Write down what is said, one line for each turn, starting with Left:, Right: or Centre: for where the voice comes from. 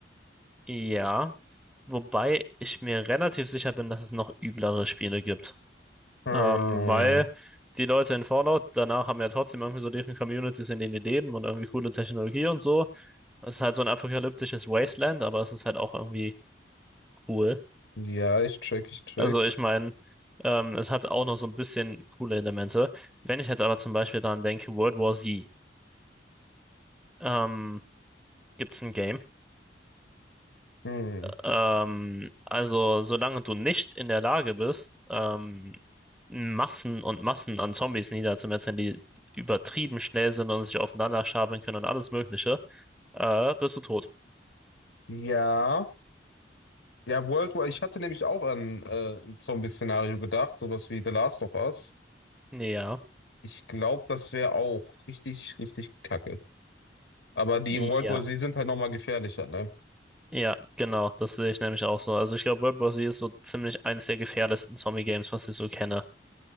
Centre: Ja. Wobei ich mir relativ sicher bin, dass es noch üblere Spiele gibt.
Left: Hm.
Centre: Ähm, weil die Leute in Fallout danach haben ja trotzdem irgendwie so deren Communities, in denen die leben und irgendwie coole Technologie und so. Es ist halt so ein apokalyptisches Wasteland, aber es ist halt auch irgendwie cool.
Left: Ja, ich check, ich check.
Centre: Also ich meine, ähm, es hat auch noch so ein bisschen coole Elemente. Wenn ich jetzt aber zum Beispiel daran denke, World War Z, ähm, gibt es ein Game.
Left: Hm.
Centre: Ähm, also, solange du nicht in der Lage bist, ähm, Massen und Massen an Zombies niederzumetzeln, die übertrieben schnell sind und sich aufeinander stapeln können und alles Mögliche, äh, bist du tot.
Left: Ja. Ja, World War, ich hatte nämlich auch an äh, so ein Zombie-Szenario gedacht, sowas wie The Last of Us.
Centre: Ja,
Left: Ich glaube, das wäre auch richtig, richtig kacke. Aber die
Centre: ja,
Left: in World War Z sind halt nochmal gefährlicher, ne?
Centre: ja, genau, das sehe ich nämlich auch so. Also, ich glaube, World War Z ist so ziemlich eines der gefährlichsten Zombie-Games, was ich so kenne.